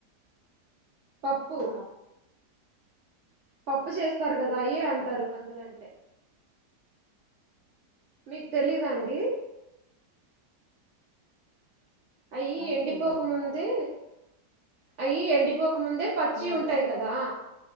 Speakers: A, on the right; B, on the left.
A: పప్పు
B: ఆ
A: పప్పు చేస్తారు కదా అయ్యే అంటారు కందులంటే మీకు తెలిదా అండి అయ్యి
B: ఆ
A: ఎండిపోక
B: తెలియండి
A: ముందే అయ్యి ఎండి పోకముందే పచ్చివి
B: ఆ
A: ఉంటాయి కదా